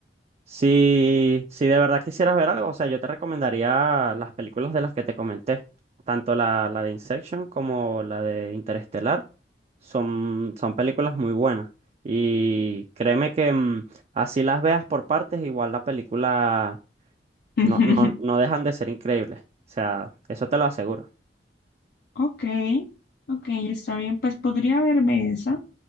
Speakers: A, on the right; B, on the left.
A: Si, si de verdad quisieras ver algo, o sea, yo te recomendaría las películas de las que te comenté, tanto la, la de Inception como la de Interestelar, son, son películas muy buenas. Y créeme que mm, así las veas por partes, igual la película
B: <laughs>
A: no, no, no dejan de ser increíbles. O sea, eso te lo aseguro.
B: Ok, ok, está bien, pues podría verme esa.